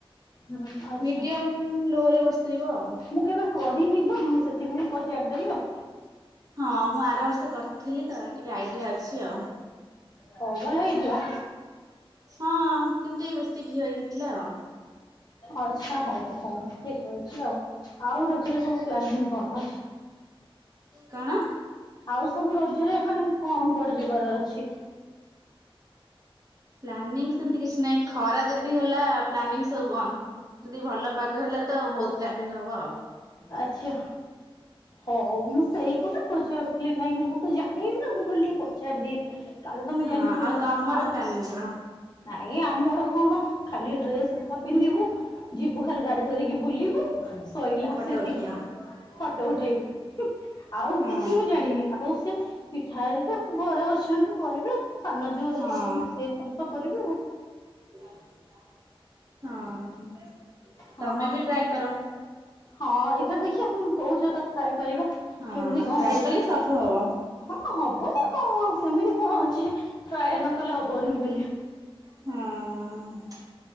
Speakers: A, on the left; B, on the right.
A: ହୁଁ ଆଚ୍ଛା
B: ମିଡିୟମ୍ ଲୋ ରେ ବସେଇବ।
A: ମୁଁ କେବେ କହିନି ତ ମୁଁ ସେଥିପାଇଁ ପଚାରିଦେଲିି ଆଉ
B: ହଁ ମୁଁ ଆର ବର୍ଷ କରିଥିଲି ତ ଟିକେ ଆଇଡିଆ ଅଛି ଆଉ।
A: ହଉ ଭଲହେଇଥିଲା।
B: ହଁ କିନ୍ତୁ ଏ ବେଶୀ ଘିଅ ହେଇ ଯାଇଥିଲା ଆଉ।
A: ଆଚ୍ଛା ହଉ ହଉ ଠିକ ଅଛି ଆଉ, ଆଉ ରଜରେ ସବୁ ପ୍ଲାନିଂ କଣ?
B: କଣ?
A: ଆଉ ସବୁ ରଜରେ ମାନେ କଣ କୁଆଡେ ଯିବାର ଅଛି?
B: ପ୍ଲାନିଙ୍ଗ ସେମିତି କିଛି ନାହିଁ ଖରା ଯଦି ହେଲା ପ୍ଲାନିଙ୍ଗ ସବୁ ବନ୍ଦ। ଯଦି ଭଲ ପାଗ ହେଲା ତ ବହୁତ ପ୍ଲାନିଂ ହବ ଆଉ।
A: ଆଚ୍ଛା ହଉ ମୁଁ ସେଇ କଥା ପଚାରୁ ହେଲେ ନାଇଁ ମୁଁ ତ ଜାଣିନି ନା ମୁଁ କହିଲି ଟିକେ ପଚାରି ଦିଏ। କାଳେ ତମେ
B: ହଁ
A: ଜାଣିଥିବ
B: ଆଉ ତମର
A: ଆ
B: ପ୍ଲାନିଂ କଣ?
A: ନାଇଁ ଆମର କଣ ଖାଲି ଡ୍ରେସ ତ ପିନ୍ଧିବୁ। ଯିବୁ ଖାଲି ଗାଡି ଧରିକି ବୁଲିବୁ। ସଇଲା
B: ଫଟୋ
A: ସେତିକି
B: ଉଠେଇବ
A: ଫଟୋ ଉଠେଇବି ଆଉ
B: ହଁ
A: କିଛି ମୁଁ ଜାଣିନି। ଆଉ ସେ ପିଠା ହେରିକା ଘରେ ଅଛନ୍ତି କରିବା। ସାନ ଯୋଉ ହେରିକା
B: ହଁ।
A: ଅଛନ୍ତି ସେ ବର୍ଷ କରିବେ ଆଉ।
B: ହଁ,
A: ହଁ,
B: ତମେ ବି ଟ୍ରାଏ କର
A: ହଁ ଏଥର ଦେଖିବା କହୁଛ ତ ଟ୍ରାଏ କରିବା।
B: ହଁ
A: କେମିତି କଣ
B: ଟ୍ରାଏ
A: ହଉଛି
B: କଲେ ସବୁ ହବ।
A: ହଁ ହବନି କଣ ସେମିତି କଣ ଅଛି ଯେ ଟ୍ରାଏ ନକଲେ ହବନି ବୋଲି।
B: ହଁ,